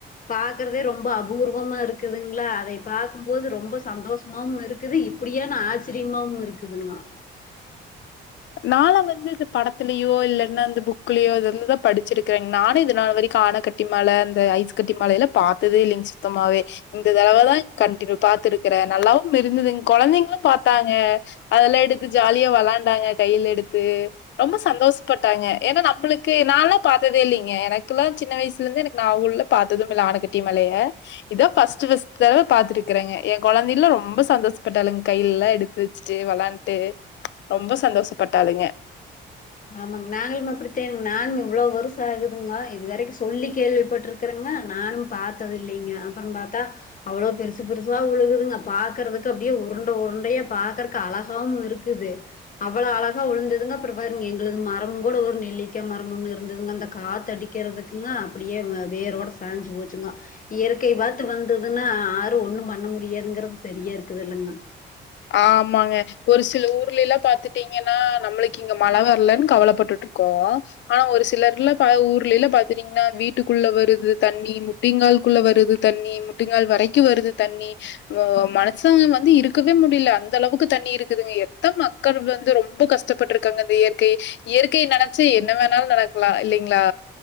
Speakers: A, on the left (about 40°); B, on the left (about 65°).
A: பாக்கறதே ரொம்ப அபூர்வமா இருக்குதுங்ளா அதைய பாக்குபோது ரொம்ப சந்தோஷ மாவு இருக்குது இப்படியான் ஆச்சிரியமாவும் இருக்குதுங்க
B: நாலா வந்து இது படத்துலயோ இல்லன்னா அந்த புக்குலயோ இதல்லத படிச்சிருக்கங் நானு இதுனால் வரைக்கு ஆண கட் டி மழ அந்த ஐஸ் கட்டி மழையில பாத்ததே இல்லைங்க சுத்தமாவே இந்த தடவதா கட்டினுவ் பாத்துருக்கற நல்லாவும் இருந்துதுங் கொழந்தைங்களு பாத்தாங்க அதல்லா எடுத்து ஜாலியா வெளாண்டாங்க கையில எடுத்து ரொம்ப சந்தோஸ்ப்பட்டாங்க ஏன்னா நம்மளுக்கு நாளா பாத்ததே இல்லைங்க எனக்குல்லா சின்ன வயசுல இருந்தே எனக்கு நா உள்ள பாத்ததும் இல்ல ஆணக்கட்டி மழைய இதா பஸ்ட்டு பஸ்ட்டு தடவ பாத்துருக்கறங்க ஏ கொழந்தைலா ரொம்ப சந்தோஷப்பட்டாளுங் கையில்லா எடு சிருச்ட்டு வெளாண்ட்டு ரொம்ப சந்தோஷப்பட்டாளுங்க
A: ஆமாங் நாங்களும் அப்படித்தானுங் நாங் இவ்ளோ வருச ஆகுதுங்கா இது வரைக்கும் சொல்லி கேள்விப்பட்ருக்கு றங்க நானு பாத்தது இல்லைங்க அப்பறோ பாத்தா அவ்ளோ பெருசு பெருசா உழுகுதுங்க பாக்கறதுக்கு அப்டியே உருண்ட உருண்டையா பாக்கறக்கு அழகாவும் இருக் இருக்குது அவ்வள அழகா உழுந்ததுங்க பிபர் எங்களது மரம் கூட ஒரு நெல்லிக்கா மரம் இருந்ததுங்க அந்த காத்த அடிக்கிறதுக்குங்க அப்டியே வேரோட சா சாஞ்சு போச்சுங்க இயற்கை காத்து வந்ததுன்னா ஆரும் ஒண்ணும் பண்ண முடியாதுங்கிறது சரியா இருக்குதுல்லைங்க
B: ஆமாங்க ஒரு சில ஊர்லல்லா பாத்துட்டீங்கன்னா நம்மளுக்கு இங்க மழ வரலனு கவலைப்பட்டுட் இருக் கோ ஆனா ஒரு சிலர்ல ஊர்லல்ல பாத்தட்டீங்கன்னா வீட்டுக்குள்ள வருது தண்ணி முடிங்கால்குள்ள வருது தண்ணி முட்டங்கால் வரைக்கு வருது தண்ணி மனுசங்க வந்து இருக்க க்கவே முடியல அந்த அளவுக்கு தண்ணி இருக்குதுங்க எத்தன மக்கள் வந்து ரொம்ப கஷ்டப்பட்ருக்காங்க இந்த இயற்கை இயற்கை நனச்சி என்ன வேணாலு நடக்லா இல்லீங்ளா